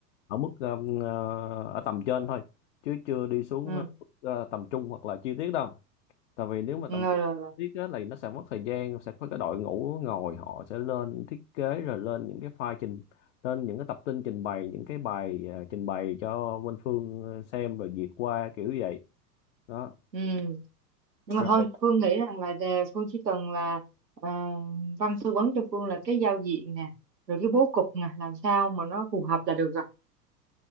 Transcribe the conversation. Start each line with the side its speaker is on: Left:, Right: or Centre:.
Left: ở mức um, à, ở tầm trên thôi chứ chưa đi xuống
Right: ừ
Left: à, mức, à, tầm trung hoặc là chi tiết đâu tại vì nếu mà
Right: Ừ,
Left: tầm
Right: rồi
Left: trung
Right: rồi rồi
Left: tiết á, là nó sẽ mất thời gian sẽ có cái đội ngũ ngồi họ sẽ lên thiết kế rồi lên những cái file trình lên những cái tập tin trình bày những cái bài à, trình bày cho bên phương ờ, xem rồi duyệt qua kiểu vậy đó
Right: ừ nhưng mà
Left: rồi
Right: thôi Phương nghĩ rằng là đề- Phương chỉ cần là ờ, Văn tư vấn cho Phương là cái giao diện nè rồi cái bố cục nè làm sao mà nó phù hợp là được rồi